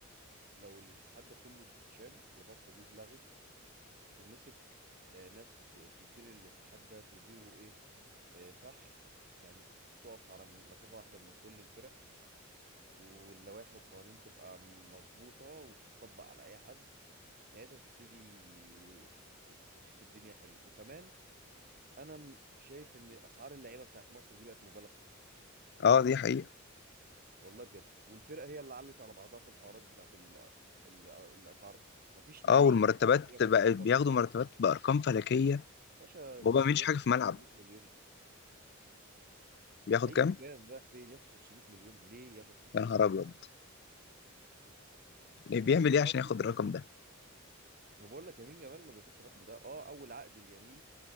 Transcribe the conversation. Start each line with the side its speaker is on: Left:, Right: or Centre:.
Right: لو الاتحاد ده كله اتشال والرابطه دي اتلغت ومسك آه، ناس ت- تدير الاتحاد ده تديره ايه آه، صح يعني تقف على مسافة واحدة من كل الفرق واللوائح والقوانين تبقى مظبوطة وبتطبق على أي حد ساعتها تبتدي ت- ت- تشوف الدنيا حلو وكمان أنا م- شايف إن أسعار اللعيبة بتاعت مصر دي بقت مبالغ فيها
Left: اه دي حقيقه
Right: والله بجد والفرقة هي اللي علت على بعضها في الحوارات بتاعت ال... ال... الأسعار دي مفيش لعيب
Left: اه والمرتبات
Right: ياخد
Left: بقى
Right: الأرقام
Left: بياخدوا
Right: دي
Left: مرتبات بارقام فلكيه
Right: باشا
Left: وهو
Right: زيزو
Left: ما بيعملش
Right: ياخد
Left: حاجه في الملعب
Right: 500 مليون
Left: بياخد
Right: ايا
Left: كام
Right: كان رايح فين ياخد 500 مليون ليه ياخد 500
Left: يا نهار
Right: مليون
Left: ابيض ليه
Right: يمين
Left: بيعمل
Right: جمال
Left: ايه عشان ياخد الرقم ده
Right: انا بقول لك يمين جمال ما بياخدش الرقم ده اه اول عقد اليمين